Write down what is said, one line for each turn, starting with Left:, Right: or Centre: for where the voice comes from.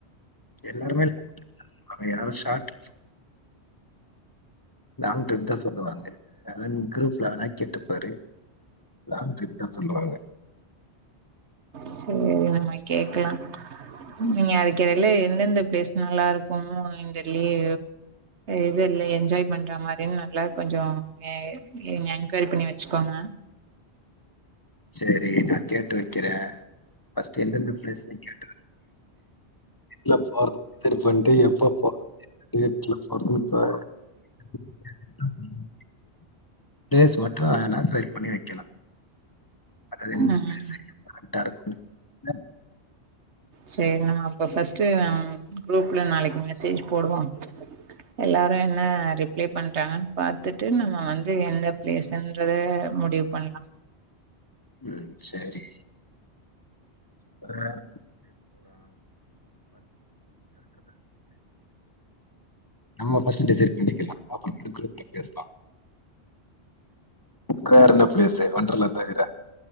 Left: எல்லாருமே <unintelligible> ஷா்ட் லாங் ட்ரெப் தா சொல்லுவாங்க அ குப் வேனா கெட்டுப்பாரு லாங் ட்ரிப் தா சொல்லுவாங்க
Right: சரி நம்ம கேக்கலா நீங்க அதுக்கிடையில எந்தெந்த பிளேஸ் நல்லா இருக்கும்மந் தெர்லியே இது இல்ல என்ஜாய் பண்ற மாதி நல்லா கொஞ்சோ ஆஹ் என்கரி பண்ணி வச்சுக்கோங்க
Left: சரி நா கேட்டு வைக்கிற பஸ்ட்டு எந்தெந்த பிளேஸ்ல கேட்டு இ போறது சரி பண்ட்டு எப்ப போ <unintelligible> <unintelligible> னா ட்ரை பண்ணி வைக்கலா <inaudible>
Right: ம்
Left: <unintelligible>
Right: சரி நம்ம அப்ப ஃபர்ஸ்ட்டு குரூப்ல நாளைக்கு மெசேஜ் போடுவோம் எல்லாரு என்ன ரிப்ளை பண்றாங்கன்னு பாாரத்துட்டு நம்ம வந்து எந்த பிளேஸ்ன்றத முடிவு பண்ணலா
Left: உம் சரி <unintelligible> நம்ம ஃபர்ஸ்ட் டிசைட் பண்ணிக்கல அப்ரோ <unintelligible> குரூப்ல பேசல வேற என்ன பிளேஸ ஒன்றர்ல தட